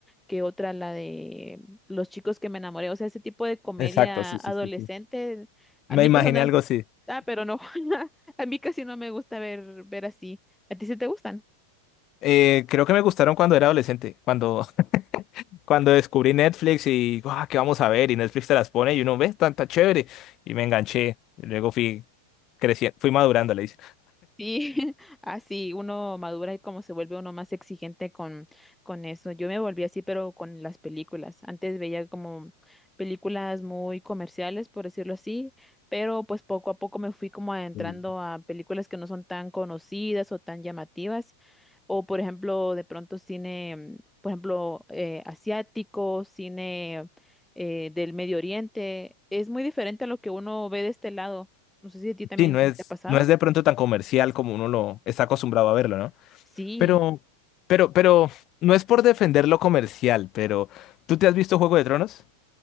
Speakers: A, in the centre; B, on the left (about 35°).
A: que otra la de los chicos que me enamoré, o sea, ese tipo
B: <laughs>
A: de comedia
B: Exacto, sí,
A: adolescente,
B: sí, sí, sí.
A: a
B: Me
A: mí
B: imaginé
A: personal,
B: algo así.
A: ah, pero no, <laughs> a mí casi no me gusta ver ver así. ¿A ti sí te gustan?
B: Eh, creo que me gustaron cuando era adolescente, cuando, <laughs> cuando descubrí Netflix y, "Guau, ¿qué vamos a ver? Y Netflix te las pone y uno ve, tanta chévere. Y me enganché. Y luego fui creciendo, fui madurando, le dice.
A: Sí, <laughs> así uno madura y como se vuelve uno más exigente con, con eso. Yo me volví así, pero con las películas. Antes veía como películas muy comerciales, por decirlo así, pero pues poco a poco me fui como adentrando
B: <laughs>
A: a películas que no son tan conocidas o tan llamativas, o por ejemplo, de pronto cine, mm, por ejemplo, eh, asiático, cine eh, del Medio Oriente. Es muy diferente a lo que uno ve de este lado. No sé si a ti también
B: Sí, no
A: te
B: es,
A: ha pasado.
B: no es de pronto tan comercial como uno lo está acostumbrado a verlo, ¿no?
A: Sí,
B: Pero, pero, pero, no es por defender lo comercial, pero ¿tú te has visto Juego de Tronos?